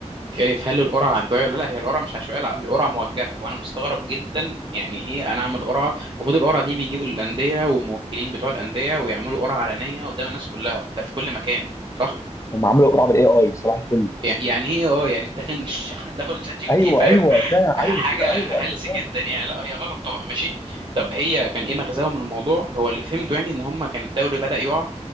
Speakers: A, on the right; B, on the left.
A: شايف هل القرعة عشوائية ولا لا هي القرعة مش عشوائية لا، القرعة موجهة وانا مستغرب جدا يعني ايه انا اعمل قرعة المفروض القرعة دي بيجيبوا الأندية والموكلين بتوع الأندية ويعملوا قرعة علنية قدام الناس كلها ده في كل مكان صح
B: هم عملوا قرعه بالاي اي صباح الفل
A: يعني يعني ايه اه يعني داخل <laughs> داخل شات جي بي
B: ايوه
A: تي فاهم
B: ايوه فعلا
A: حاجة
B: ايوه كده
A: هلس
B: ايوه ايوه فعلا
A: جدا يعني لا هي غلط طبعا ماشي طب هي كان ايه مغزاهم من الموضوع هو اللي فهمته يعني ان هم كان الدوري بدأ يقع